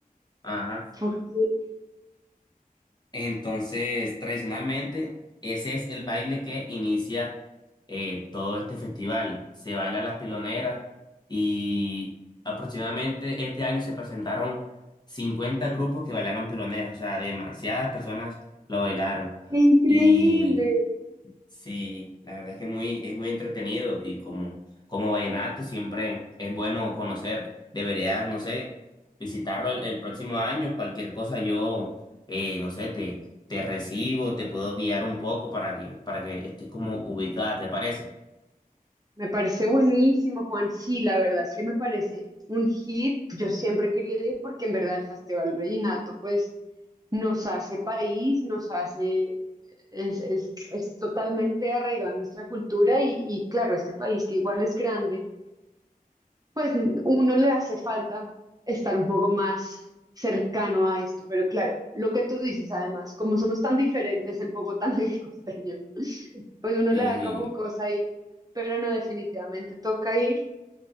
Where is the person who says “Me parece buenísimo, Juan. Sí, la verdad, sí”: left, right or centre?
Right